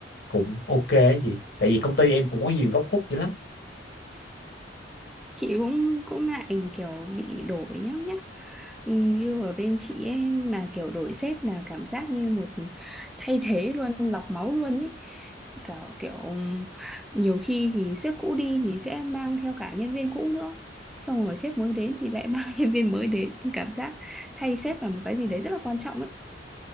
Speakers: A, on the left (about 65°); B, in the centre.
A: cũng ok ấy gì tại vì công ty em cũng có nhiều góc khuất dữ lắm
B: chị cũng cũng ngại kiểu bị đổi nhá nhá Ừ, như ở bên chị ấy, mà kiểu đổi sếp là cảm giác như một thay thế luôn lọc máu luôn ấy cả kiểu ừm, nhiều khi thì sếp cũ đi thì sẽ mang theo cả nhân viên cũ nữa xong rồi sếp mới đến thì lại mang <laughs> nhân viên mới đến cảm giác thay sếp là một cái gì đấy rất là quan trọng ấy